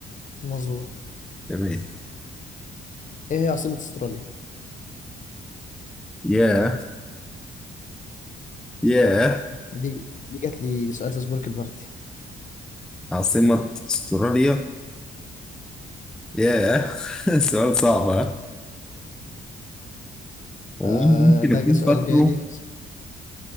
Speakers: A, on the left; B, in the centre.
A: مظبوط
B: تمام
A: ايه هي عاصمة استراليا
B: ياه ياه
A: دي دي جات لي سؤال في سبورك البارتي
B: عاصمة استراليا ياه <laughs> سؤال صعب ها هو
A: آه
B: أنا ممكن
A: ده
B: أكون
A: جا سؤال
B: فاكره
A: جالي